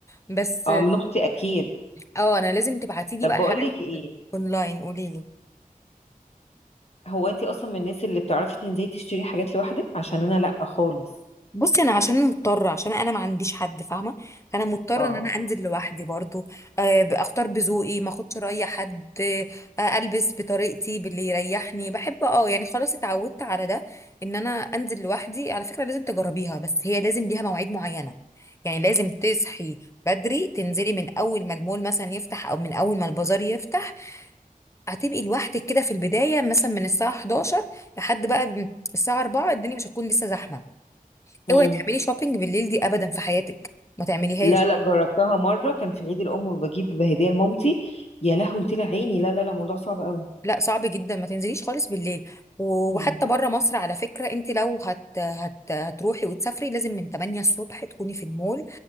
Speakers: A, on the left (about 20°); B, on the left (about 45°).
A: بس
B: اه من اختي اكيد
A: اه انا لازم تبعتي لي
B: طب
A: بقى
B: بقول
A: حاجات
B: لك ايه
A: اونلاين قولي لي
B: هو انتي اصلا من الناس اللي بتعرفي تنزلي تشتري حاجات لوحدك عشان انا لا خالص
A: بصي انا عشان مضطره عشان انا ما عنديش حد فاهمه فانا مضطره
B: اه
A: ان انا انزل لوحدي برضو آه، اختار بذوقي ما اخدش راي حد آه، البس بطريقتي باللي يريحني بحب اه يعني خلاص اتعودت على ده ان انا انزل لوحدي على فكره لازم تجربيها بس هي لازم ليها مواعيد معينه يعني لازم تصحي بدري تنزلي من اول ما المول مثلا يفتح او من اول ما البازار يفتح هتبقي لوحدك كده في البدايه مثلا من الساعه 11 لحد بقى الساعه 4 الدنيا مش هتكون لسه زحمه
B: امم
A: اوعي تعملي شوبينج بالليل دي ابدا في حياتك ما تعمليهاش
B: لا لا جربتها مره كان في عيد الام وبجيب هديه لمامتي يا لهوي طلع عيني لا لا لا موضوع صعب قوي
A: لا صعب جدا ما تنزليش خالص بالليل و-
B: مم.
A: وحتى بره مصر على فكره انت لو هت... هت... هتروحي وتسافري لازم من 8 الصبح تكوني في المول